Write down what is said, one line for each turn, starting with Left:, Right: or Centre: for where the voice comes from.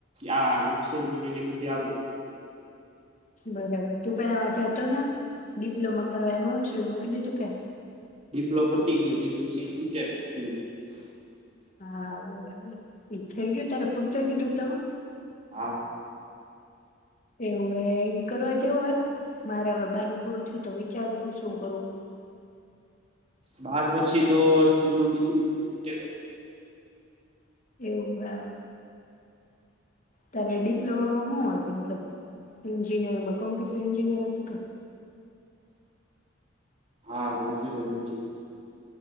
Right: આ વેબસાઇટ એની બધી આવડે.
Left: બરાબર. તું પેલા જાતો ને ડિપ્લોમા કરવા એનું હું થીયુ મૂકી દીધું કે?
Right: ડીપ્લો પતી ગયુધ પછી <unintelligible>
Left: હા, બરાબર એ થઇ ગયું ત્યારે પૂરું થઇ ગયું ડિપ્લોમા.
Right: હા.
Left: એવું એ કરવા જેવું હ મારે હવે બારમું પૂરું છુ તો વિચારું હું શું કરું.
Right: બાર પછી તો સીધુ ડિગ્રી <unintelligible>
Left: એવું <unintelligible> ત્યારે ડિપ્લોમામાં હું મતલબ એન્જિનિયરમાં કોમ્પપિસ એ એન્જિનિયર અતુ કે.
Right: હા, ગુમતી <unintelligible>